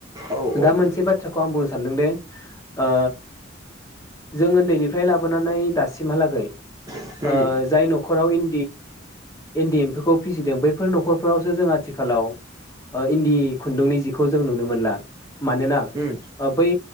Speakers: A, on the right (about 20°); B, on the left (about 15°).
A: औ औ
B: दा मोनसे बाथ्राखौ आं बुंनो सानदोंदे ओ जोङो उन्दैनिफ्राय लाबोनानै दासिमहालाै
A: उम
B: ओ जाय नखराव इन इन्दि एम्फौखौ फिसिदों बैफोर न'खरफोरावसो जों आथिखालाव ओ इन्दि खुन्दुंनि जिखौ जों नुनो मोनला। मानोना
A: उम
B: ओ बै